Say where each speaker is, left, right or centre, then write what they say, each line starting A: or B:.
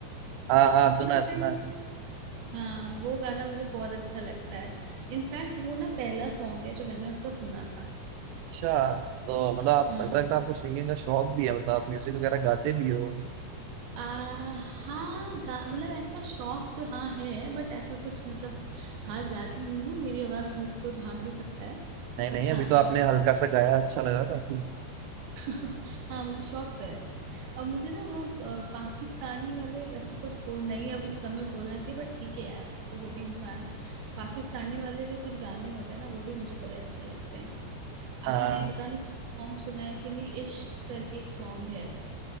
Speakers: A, on the right; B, on the right.
A: हाँ हाँ सुना
B: वतन
A: है सुना है
B: हाँ वो गाना मुझे बहुत अच्छा लगता है इनफैक्ट वो ना पहला सॉन्ग है जो मैंने उसका सुना था
A: अच्छा तो मतलब आप
B: हम्म
A: ऐसा लगता है आपको सिंगिंग का शौक भी है मतलब आप म्यूजिक वगैरह गाते भी हो
B: आ, हाँ गा मतलब ऐसा शौक तो हाँ है बट ऐसा कुछ मतलब खास गाती नहीं हूँ मेरी आवाज सुन के कोई भाग भी सकता है
A: नहीं
B: बट
A: नहीं अभी
B: हाँ
A: तो आपने
B: शौक
A: हल्का सा गाया अच्छा लगा काफी
B: <laughs> हाँ मुझे शौक तो है और मुझे ना वो अ, पाकिस्तानी वाले वैसे तो वो नहीं अब इस समय बोलना चाहिए बट ठीक है यार वो तो वो भी इंसान है पाकिस्तानी वाले जो कुछ गाने होते हैं ना वो भी मुझे बड़े अच्छे लगते हैं
A: हाँ
B: आपने पता नहीं सॉन्ग सुना है कि नहीं इश्क करके एक सॉन्ग है